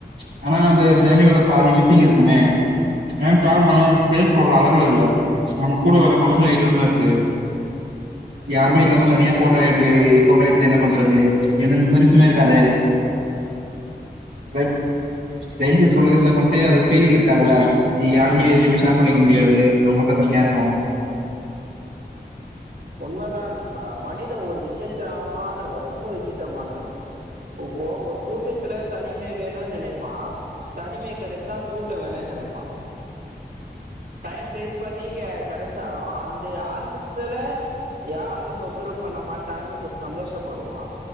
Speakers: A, on the right; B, on the right.
A: அ இந்த ஜேர்னியோட பாதி மிச்சிங் இருக்குமே ஏனா ட்ராவல் பன்னா அது ஸ்பேஸ்ல உள்ள அழகுல இல்ல நம்ம கூட வர்ர மனுஷங்க கிட்ட தான இருக்கு யாருமே இல்லாம தனியா ஃபோட்டோ எப்டி ஃபோட்டோ எடுத்து என்ன பண்றது எந்த மெமரிஸுமே இருக்காதே ட்ரை ஸ்ட்ரேஞ்ஜர்ஸ் உலகத்துல பண்ட்டு அது ஃபீலிங் இருக்காதுல இங்க யாருமே எதியுமே ஷேர் பண்ணிக்க முடியாது நாம் மட்டு தனியா இருப்போ
B: உண்மதா நண்பா மனித ஒரு விசித்ரமானவ ரொம்போ விசித்ரமானவ உப்போ ஒரு கூட்டத்துல தனிமை வேணுன் நெனைப்பா தனிமை கெடச்சா கூட்ட வேணுன் நெனைப்பா டைம் ஃப்ரீஸ் பண்ணி கெ கெடச்சாலு அந்த ஆரம்பத்துல யாரு தொந்தரவு பண்ண மாட்டாங்கனு ஒரு சந்தோஷப் படுவா